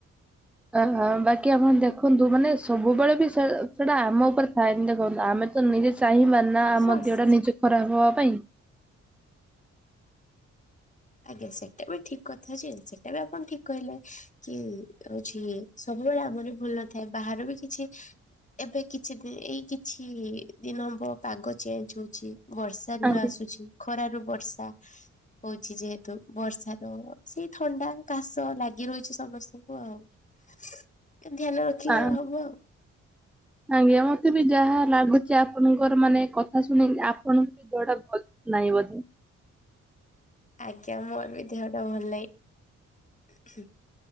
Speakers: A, in the centre; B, on the left.
A: ଅହ ବାକି ଆପଣ ଦେଖନ୍ତୁ ମାନେ ସବୁବେଳେ ବି ସେ ସେଟା ଆମ ଉପରେ ଥାଏନି ଦେଖନ୍ତୁ ଆମେ ତ ନିଜେ ଚାହିଁବାନି ନା ଆମ
B: ହଁ
A: ଦେହଟା
B: ସେ-
A: ନିଜେ ଖରାପ ହବା ପାଇଁ
B: ଆଜ୍ଞା ସେଟା ବି ଠିକ କଥା ଯେ ସେଟା ବି ଆପଣ ଠିକ କହିଲେ କି ହଉଛି ସବୁବେଳେ ଆମର ଭୁଲ ନଥାଏ ବାହାର ବି କିଛି ଏବେ କିଛି ଦି ଏଇ କିଛି ଦିନ ହେବ ପାଗ ଚେଞ୍ଜ ହଉଛି ବର୍ଷା ବର୍ଷା ଦିନ
A: ଆଜ୍ଞା
B: ଆସୁଛି ଖରାରୁୁ ବର୍ଷା ହଉଛି ଯେହେତୁ ବର୍ଷାର ସେଇ ଥଣ୍ଡା କାଶ ଲାଗି ରହିଛି ସମସ୍ତଙ୍କୁ ଆଉ ଧ୍ୟାନ ରଖିଲେ
A: ଆ
B: ହବ ଆଉ
A: ଆଜ୍ଞା ମୋତେ ବି ଯାହା ଲାଗୁଛି ଆପଣଙ୍କର ମାନେ କଥା ଶୁଣିକି ଆପଣ ଦେହଟା ଭଲ ନାହିଁ ବୋଧେ।
B: ଆଜ୍ଞା ମୋର ବି ଦେହଟା ଭଲ ନାହିଁ